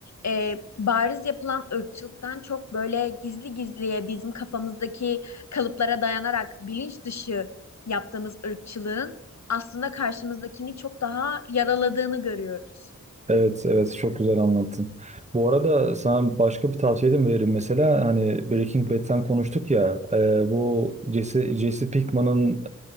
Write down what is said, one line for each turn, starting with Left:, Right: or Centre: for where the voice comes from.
Left: e, bariz yapılan ırkçılıktan çok böyle gizli gizliye bizim kafamızdaki kalıplara dayanarak bilinç dışı yaptığımız ırkçılığın aslında karşımızdakini çok daha yaraladığını görüyoruz.
Right: Evet, evet çok güzel anlattın. Bu arada sana başka bir tavsiye de mi veririm? Mesela hani Breaking Bad'den konuştuk ya, e, bu Jesse, Jesse Pinkman'ın